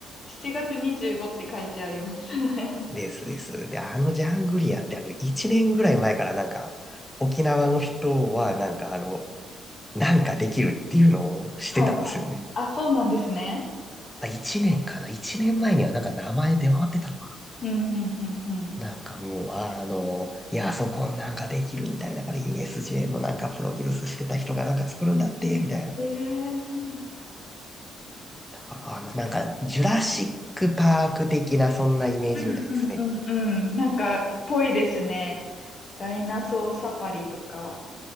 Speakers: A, on the left (about 40°); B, in the centre.
A: す。7月25って書いてあります。<laughs> は
B: ですです。で、あのジャングリアってあの、1年ぐらい前からなんか、沖縄の人はなんかあの、なんかできるっていうのをしてたんですよね。
A: いはい。あ、そうなんですね。
B: あ、1年かな ?1 年前にはなんか名前出回ってたの
A: うん、うん、うん、うん。
B: なんかもう、ああの、いや、そこなんかできるみたいだから USJ のなんかプロデュースしてた人がなんか作るんだって、みたいな。だ
A: ええそうなんだ。
B: からあの、なんか、ジュラシックパーク的なそんなイメージみたいですね。
A: うんうんうんうん。なんか、ぽいですね。ダイナソーサファリとか、